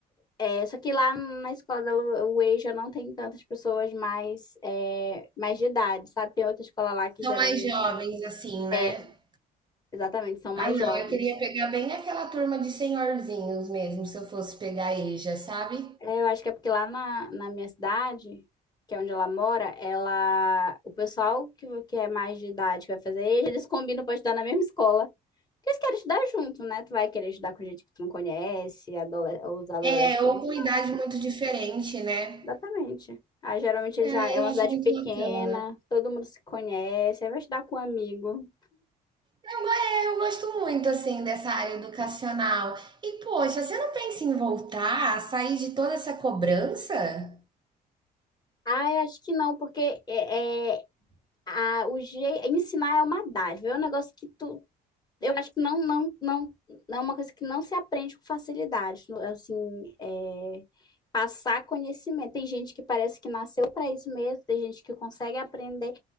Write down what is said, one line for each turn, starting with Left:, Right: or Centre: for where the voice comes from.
Left: é, só que lá na escola dela, o EJA não tem tantas pessoas mais, é, mais de idade, sabe? Tem outra escola lá que
Right: são
Left: geralmente,
Right: mais jovens, assim, né.
Left: é, exatamente, são mais
Right: Ah não,
Left: jovens.
Right: eu queria pegar bem aquela turma de senhorzinhos mesmo, se eu fosse pegar aí, já sabe.
Left: É, eu acho que é porque lá na, na minha cidade, que é onde ela mora, ela, o pessoal que, que é mais de idade que vai fazer EJA, eles combinam para estudar na mesma escola. Porque eles querem estudar junto, né? Tu vai querer estudar com gente que tu não conhece, adole- os adolescentes.
Right: É, ou com idade muito diferente, né.
Left: Exatamente. Ah, geralmente
Right: É,
Left: já é uma
Right: eu acho
Left: cidade
Right: muito
Left: pequena,
Right: bacana.
Left: todo mundo se conhece, aí vai estudar com um amigo.
Right: Eu go é, eu gosto muito, assim, dessa área educacional. E poxa, você não pensa em voltar, sair de toda essa cobrança?
Left: Ah, eu acho que não, porque é, é- a, o je, ensinar é uma dádiva, é um negócio que tu. Eu acho que não, não, não, não é uma coisa que não se aprende com facilidade. Assim, é, passar conhecimento. Tem gente que parece que nasceu para isso mesmo, tem gente que consegue aprender.